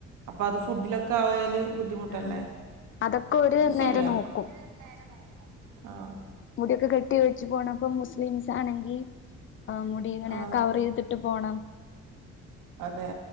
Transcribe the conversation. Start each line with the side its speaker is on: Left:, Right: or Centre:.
Right: അപ്പൊ അത് ഫുഡിലൊക്കെ ആയാൽ ബുദ്ധിമുട്ടല്ലേ
Left: ആ അതൊക്കെ ഒരു
Right: അത്
Left: നേരെ
Right: ശരിയാണ്
Left: നോക്കും
Right: നേരെ നോക്കും ആഹ്
Left: മുടി ഒക്കെ കെട്ടി വെച്ച് പോണം അപ്പം മുസ്‌ലിംസ് ആണെങ്കിൽ ആ ടി ഇങ്ങനെ
Right: ആഹ്
Left: കവറെയ്തിട്ട് പോണം
Right: അതെ